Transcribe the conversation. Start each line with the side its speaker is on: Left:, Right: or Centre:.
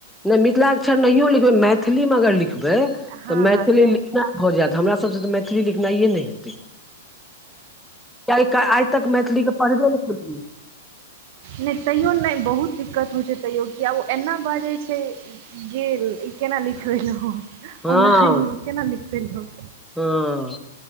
Centre: नहि मिथिलाक्षर नहियो लिखबै मैथिलीमे अगर लिखबै लिखबै
Right: हँ
Centre: तॅं मैथिली
Right: हँ तऽ
Centre: लिखनाइ भऽ जायत, हमरा सभसँ तॅं मैथिली लिखनाइए नहि हेतै कियकि आइ तक मैथिलीके पढ़बे नहि केलियै!
Right: नहि तइयो नहि बहुत दिक्कत होइ छै तैयो किया ओ एना बाजै छै गेल ई केना लिखि देलउॅं,
Centre: हँ
Right: ओनाहि केना लिखि देलउॅं
Centre: हँ,